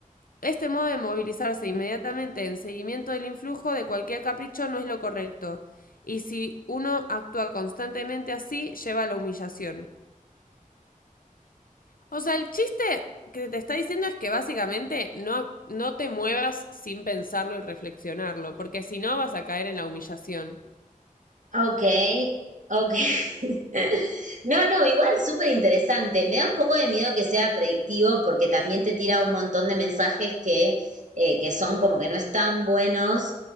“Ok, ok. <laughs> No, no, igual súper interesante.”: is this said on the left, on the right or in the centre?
Right